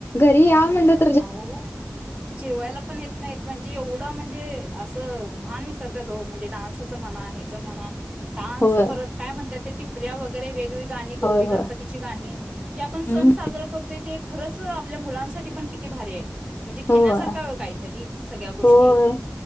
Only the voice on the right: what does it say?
आओ जेवायला पण येत नाहीत, म्हणजे एवढं म्हणजे ते असं भान विसरत्यातओ म्हंजे डानन्सच म्हणा, हेचं म्हणा डान्स
परत काय म्हणत्यात ते टिपऱ्या वगैरे वेगवेगळी गाणी गौरी
गणपतीची
गाणी, हे आपण
सण साजरं करतोय ते खरंच आपल्या मुलासाठी पण किती भारी आहे. म्हणजे घेण्यासारखा
आहे ओ काही तरी, सगळ्या गोष्टी